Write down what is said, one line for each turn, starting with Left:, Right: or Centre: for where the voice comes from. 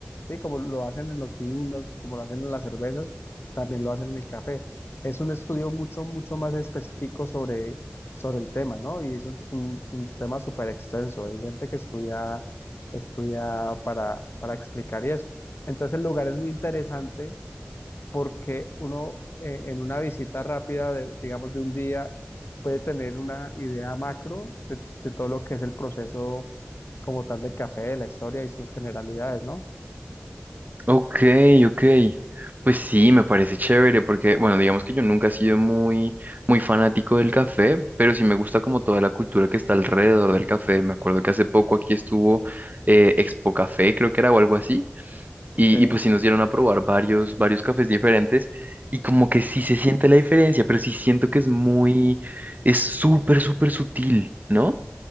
Left: ¿sí? Como lo hacen en los vinos, como lo hacen en las cervezas, también lo hacen en el café. Es un estudio mucho, mucho más específico sobre, sobre el tema, ¿no? Y eso es un, un tema súper extenso. Hay gente que estudia, estudia para, para explicar y eso. Entonces el lugar es muy interesante porque uno eh, en una visita rápida, de, digamos, de un día, puede tener una idea macro de, de todo lo que es el proceso como tal del café, de la historia y sus generalidades, ¿no?
Right: Ok, ok. Pues sí, me parece chévere porque, bueno, digamos que yo nunca he sido muy, muy fanático del café, pero sí me gusta como toda la cultura que está alrededor del café. Me acuerdo que hace poco aquí estuvo eh, Expo Café, creo que era o algo así, y,
Left: Sí,
Right: y pues sí nos dieron a probar varios, varios cafés diferentes y como que sí se siente la diferencia, pero sí siento que es muy, es súper, súper sutil, ¿no?